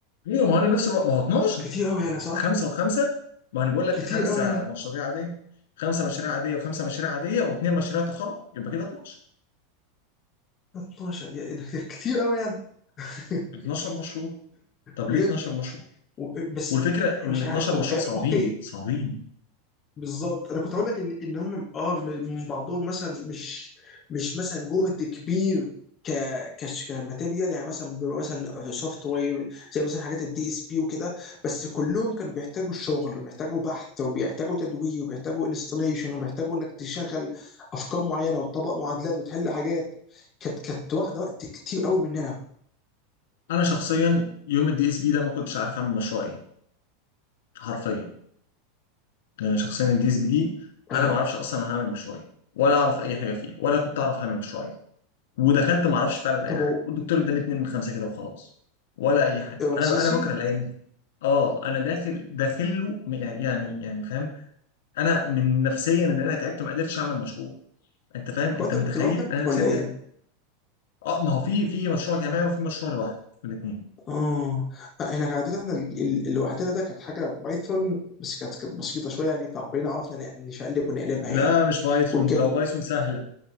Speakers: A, on the left; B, on the left.
A: ايوه ما هو انا نفس الوقت ما هو 12
B: كتير قوي
A: ما
B: انا
A: هو
B: صح
A: خمسه وخمسه ما انا بقول لك
B: كتير
A: خمسه
B: قوي انا
A: مشاريع عاديه خمسه مشاريع عاديه وخمسه مشاريع عاديه واثنين مشاريع تخرج يبقى كده 12
B: 12 يا- إيه ده كتير قوي انا <laughs>
A: 12 مشروع طب
B: بجد
A: ليه 12 مشروع؟
B: و- بس
A: والفكره ان
B: مش
A: ال 12
B: عارف و-
A: مشروع صعبين
B: اوكي
A: صعبين
B: بالظبط انا كنت هقول لك ان ان هم اه من من بعضهم مثلا مش مش مثلا جهد كبير ك كش كماتيريال يعني مثلا بيبقى مثلا سوفت وير زي مثلا حاجات الدي اس بي وكده بس كلهم كانوا بيحتاجوا الشغل وبيحتاجوا بحث وبيحتاجوا تدوير وبيحتاجوا انستليشن وبيحتاجوا انك تشغل افكار معينه وتطبق معادلات وتحل حاجات كانت كانت واخده وقت كتير قوي مننا
A: انا شخصيا يوم الدي اس بي ده ما كنتش عارف اعمل مشروع ايه حرفيا يعني شخصيا الدي اس بي دي انا
B: آه،
A: ما اعرفش اصلا أنا هعمل مشروع ايه ولا اعرف اي حاجه فيها ولا كنت اعرف هعمل مشروع ايه ودخلت ما اعرفش فعلا
B: طب
A: اي حاجه
B: هو
A: والدكتور اداني اتنين من خمسه كده وخلاص ولا اي حاجه
B: رمسيسي
A: انا انا بكره الايام اه انا داخل داخل له م- يعني يعني يعني فاهم انا من نفسيا ان انا تعبت ما قدرتش اعمل مشروع انت فاهم
B: هو
A: انت
B: انت
A: متخيل
B: كنت لوحدك
A: انا نفسيا
B: ولا ايه؟
A: تعبت اه ما هو في في مشروع جماعي وفي مشروع لوحده الاثنين
B: اه آه، احنا كان عندنا احنا ال- ال- اللي وحدنا ده كانت حاجه بايثون بس كانت كانت بسيطه شويه يعني فكلنا عرفنا ن- نشقلب ونقلبها
A: لا
B: يعني
A: مش بايثون
B: والجم
A: لو بايثون سهله